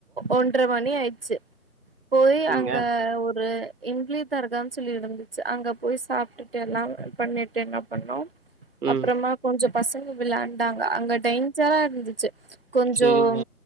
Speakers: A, on the right; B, on the right.
A: ஒன்றரை மணி ஆயிடுச்சு போய் அங்க
B: ங்க
A: ஒரு இம்லி தர்கான்னு சொல்லி இருந்துச்சு அங்க போய் சாப்பிட்டுட்டு எல்லாம் பண்ணிட்டு என்ன பண்ணோம்
B: ம்
A: அப்புறம் கொஞ்சம் பசங்க விளயாண்டாங்க அங்க டேஞ்சரா இருந்துச்சு கொஞ்சம்
B: செரிங்க